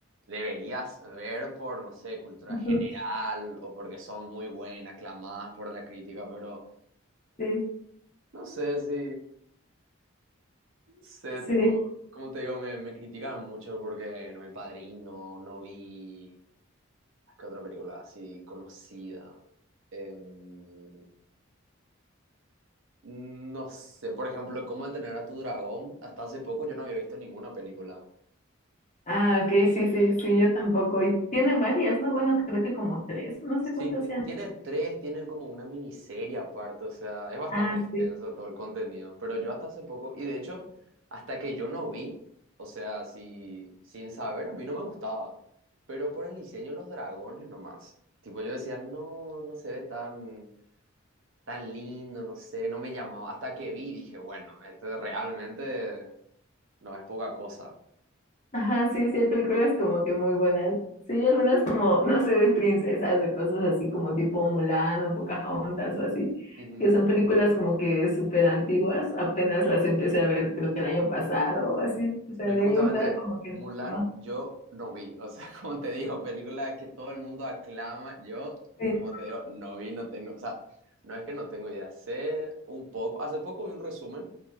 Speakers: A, on the right; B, on the left.
A: deberías ver por, no sé, cultura
B: ujú,
A: general o porque son muy buenas, aclamadas por la crítica, pero
B: sí,
A: no sé si, sé,
B: sí.
A: tipo, como te digo, me, me critican mucho porque no vi El Padrino, no vi, ¿qué otra película así conocida? Em, no sé, por ejemplo, ¿Cómo entrenar a tu dragón? Hasta hace poco yo no había visto ninguna película.
B: Ah, ok, sí, sí, sí, yo tampoco. Y tiene varias, ¿no? Bueno, creo que como tres, no sé
A: Sí,
B: cuántas
A: ti-
B: sean.
A: tiene tres, tiene como una miniserie aparte, o sea, es bastante
B: Ah,
A: extenso
B: sí.
A: todo el contenido, pero yo hasta hace poco, y de hecho, hasta que yo no vi, o sea, si, sin saber, a mí no me gustaba, pero por el diseño de los dragones nomás, tipo yo decía, no, no se ve tan, tan lindo, no sé, no me llamaba, hasta que vi, dije, bueno, esto realmente no es poca cosa.
B: Ajá, sí, sí, hay películas como que muy buenas. Sí, hay algunas como, no sé, de princesas, de cosas así como tipo Mulan o Pocahontas o así,
A: Ujú.
B: que son películas como que súper antiguas, apenas las empecé a ver creo que el año pasado o así. O sea,
A: No, y
B: de
A: justamente
B: ahí en fuera como que
A: Mulan
B: no.
A: yo no vi. O sea, <laughs> como te digo, película que todo el mundo aclama. Yo,
B: Sí.
A: como te digo, no vi, no tengo. O sea, no es que no tengo idea. Sé un poco. Hace poco vi un resumen.